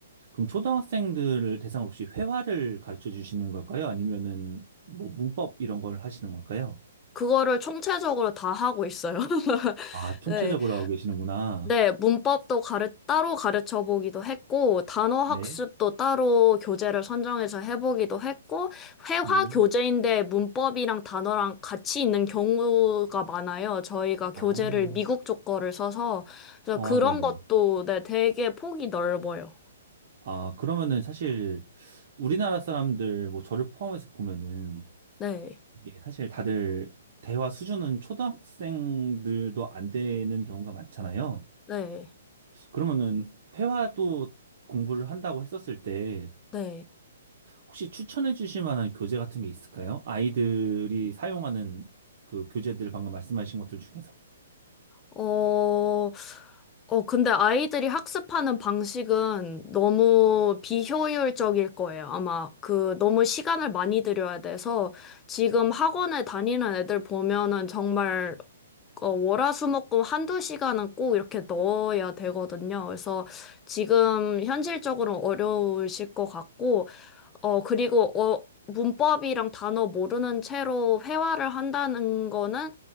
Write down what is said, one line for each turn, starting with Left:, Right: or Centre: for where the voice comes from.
Right: 그럼 초등학생들을 대상으로 혹시 회화를 가르쳐 주시는 걸까요? 아니면은 뭐 문법 이런 걸 하시는 걸까요?
Left: 그거를 총체적으로 다 하고 있어요. <laughs>
Right: 아, 총체적으로
Left: 네.
Right: 하고 계시는구나.
Left: 네, 문법도 가르, 따로 가르쳐 보기도 했고, 단어
Right: 네.
Left: 학습도 따로 교재를 선정해서 해보기도 했고, 회화
Right: 음.
Left: 교재인데 문법이랑 단어랑 같이 있는 경우가 많아요. 저희가 교재를
Right: 아,
Left: 미국 쪽 거를 써서, 그래서
Right: 어,
Left: 그런
Right: 네네.
Left: 것도, 네, 되게 폭이 넓어요.
Right: 아, 그러면은 사실 우리나라 사람들 뭐 저를 포함해서 보면은
Left: 네,
Right: 이게 사실 다들 대화 수준은 초등학생들도 안 되는 경우가 많잖아요.
Left: 네,
Right: 그러면은 회화도 공부를 한다고 했었을 때
Left: 네.
Right: 혹시 추천해 주실 만한 교재 같은 게 있을까요? 아이들이 사용하는 그 교재들 방금 말씀하신 것들 중에서.
Left: 어, 어, 근데 아이들이 학습하는 방식은 너무 비효율적일 거예요. 아마 그 너무 시간을 많이 들여야 돼서 지금 학원에 다니는 애들 보면은 정말 어, 월화수목금 한두 시간은 꼭 이렇게 넣어야 되거든요. 그래서 지금 현실적으로 어려우실 것 같고, 어, 그리고 어, 문법이랑 단어 모르는 채로 회화를 한다는 거는